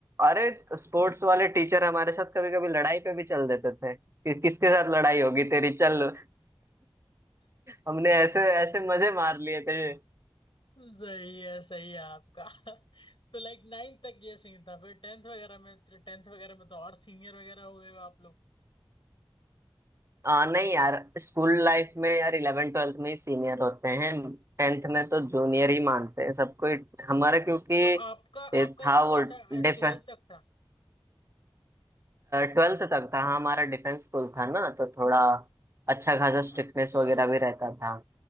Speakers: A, on the right; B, on the left.
A: अरे स्पोर्ट्स वाले टीचर हमारे साथ कभी कभी लड़ाई पे भी चल देते थे कि किसके साथ लड़ाई होगी तेरी चल हमने ऐसे ऐसे मजे मार लिए थे
B: सही है सही है आपका तो लाइक नाइन्थ तक ये सीन था फिर टेंथ वगैरह में टेंथ वगैरह में तो और सीनियर वगैरह हो गए हो आप लोग
A: आ, नहीं यार स्कूल लाइफ में यार इलेवन ट्वेल्थ में ही सीनियर होते हैं टेंथ में तो जूनियर ही मानते हैं सबको ही- हमारा क्योंकि
B: तो आपका
A: ये
B: आपका
A: था
B: स्कूल
A: वो
B: ऐसा ट्वेल्थ
A: डिफ
B: तक था
A: ट्वेल्थ तक था हाँ, हमारा डिफेंस स्कूल था ना तो थोड़ा अच्छा खासा स्ट्रिक्टनेस
B: अच्छा
A: वगैरह भी रहता था